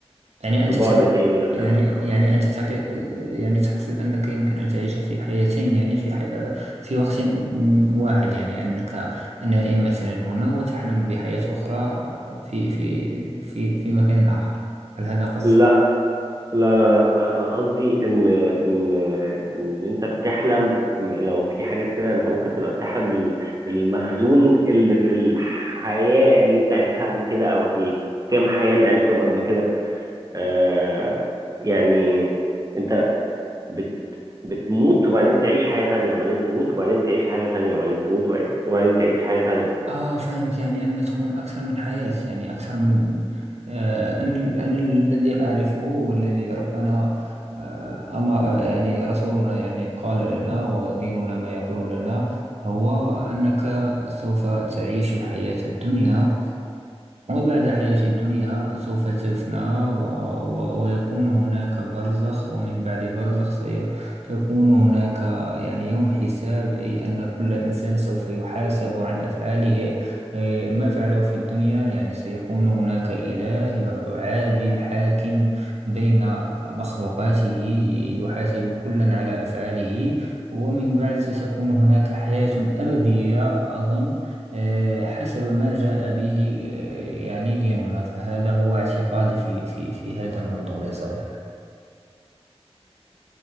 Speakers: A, on the right; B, on the right.
A: يعني أنت
B: في بعد
A: تع...
B: تاني مثلا
A: يعني
B: او
A: يعني أنت تق... يعني تقصد أنك يمكن أن تعيش في حياتين يعني في ح... في وقت واحد يعني أنك نائم مثلا هنا وتحلم بحياة أخرى في في في في مكان آخر هل هذا قصدك؟
B: لا لا لا لا, لا انا قصدي ان ان ان انت بتحلم م- لو في حاجات كده انت ممكن تبقى بتحلم من من المخزون اللي في الحياة اللي انت عشتها قبل كده او في الكام حياة اللي عشتهم قبل كده آه يعني انت بت... بتموت وبعدين تعيش حياة تانية وبعدين تموت وبعدين تعيش حياة تانية وبعدين تموت وبعدين, وبعدين تعيش حياة تانية
A: آه فهمت يعني أن تكون أكثر من حياة يعني أكثر من آه أنا ال- أنا الذي أعرفه والذي ربنا آه أما يعني رسولنا يعني قال لنا وديننا ما يقول لنا هو أنك سوف تعيش حياة الدنيا وبعد حياة الدنيا سوف تفنى و... و... ويكون هناك برزخ ومن بعد برزخ سيكون هناك يعني يوم حساب أي أن كل إنسان سوف يحاسب عن أفعاله آه، ما فعله في الدنيا يعني سيكون هناك إله يع- عادل حاكم بين مخلوقاته يحاسب كلا على أفعاله ومن بعد ستكون هناك حياة أبدية أظن آه، حسب ما جاء به آه، يعني ديننا فهذا هو اعتقادي في في في هذا المنظور يا صديقي